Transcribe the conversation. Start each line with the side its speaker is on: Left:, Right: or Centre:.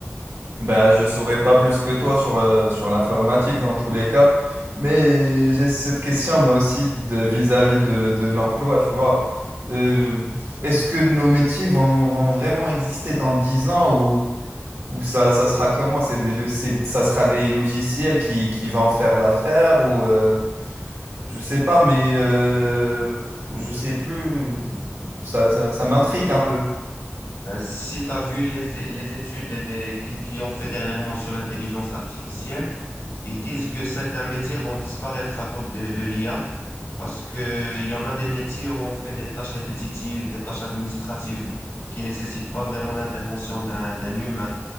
Right: Bah, je saurais pas plus que toi sur, euh, sur l'informatique dans tous les cas, mais j'ai cette question moi aussi de, vis-à-vis de, de l'emploi, tu vois. Euh, est-ce que nos métiers vont, vont vraiment exister dans 10 ans ou, ou ça, ça sera comment? C'est des, lo- c'est- ça sera des logiciels qui, qui vont faire l'affaire ou euh, je sais pas, mais euh, je sais plus, ça, ça, ça m'intrigue un peu.
Left: Euh, Si tu as vu les, les études les- des- qui, qui ont fait dernièrement sur l'intelligence artificielle, ils disent que certains métiers vont disparaître à cause de, de l'IA Parce que il y en a des métiers où on fait des tâches répétitives, des tâches administratives qui nécessitent pas vraiment l'intervention d'un d'un humain.